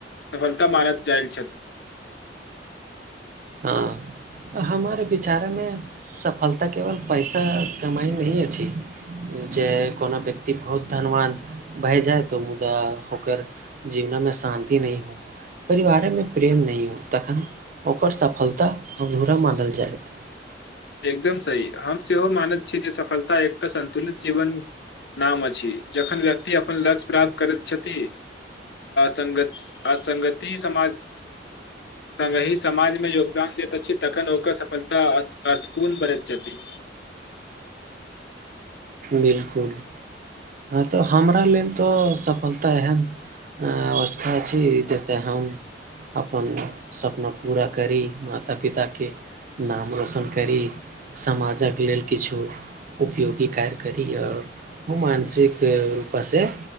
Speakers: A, on the left; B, on the right.
A: सफलता मानत जाइल
B: हँ हमर विचार में सफलता केवल पैसा कमाइ नहि अछि जे कोनो व्यक्ति बहुत धनवान बहि जाय तऽ मुदा ओकर जीवन मे शान्ति नहि हो परिवार में प्रेम नहि हो तखन ओकर सफलता ओ जूरा मडल जाइत
A: एकदम सही हम सेहो मानैत छीय जे सफलता एकटा सन्तुलित जीवन नाम अछि जखन व्यक्ति अपन लक्ष्य प्राप्त करैत छथि संगत असगति समाज त वी समाजमे योगदान देता छी तखन होकर सफलता अर्थ कोूर्ण बरैत छथिति
B: बिलकुल हँ तऽ हमरा लेल तो सफलता ह ह अवस्था छै जतय हम अपन सपना पूरा करी माता पिता के नाम रोशन करी समाजक लेल किछो उपयोगी कार करी और ओ सी रूप से